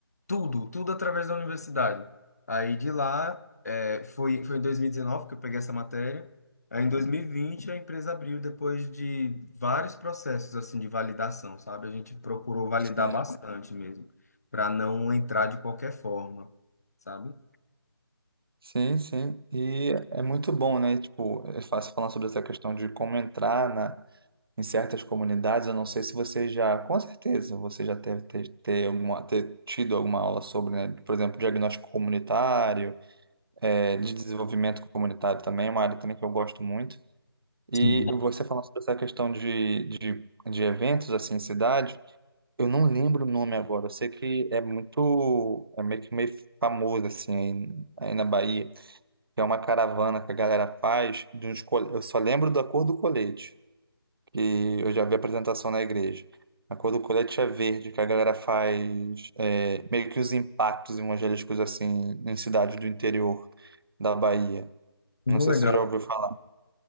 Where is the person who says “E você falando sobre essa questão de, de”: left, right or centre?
Right